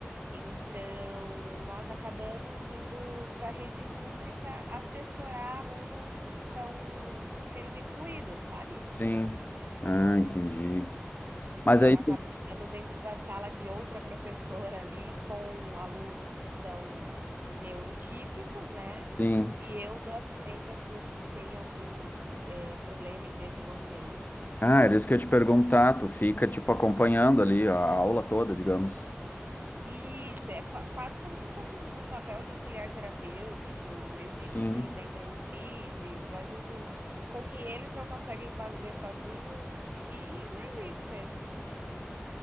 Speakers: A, on the right; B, on the left.
A: Então, nós acabamos indo para a rede pública assessorar alunos que estão sendo incluídos, sabe?
B: Sim. Ah, entendi. Mas
A: Então
B: aí,
A: eu acabo ficando dentro da sala de outra professora ali com alunos que são neurotípicos, né,
B: sim.
A: e eu dou assistência para os que têm algum, eh, problema em desenvolvimento.
B: Ah, era isso que eu ia te perguntar. Tu fica, tipo, acompanhando ali a aula toda, digamos.
A: Isso, é qua quase como se fosse um papel de auxiliar terapêutico, evito
B: Sim.
A: que eles entrem em crises, ajudo com o que eles não conseguem fazer sozinhos, e mais isso mesmo.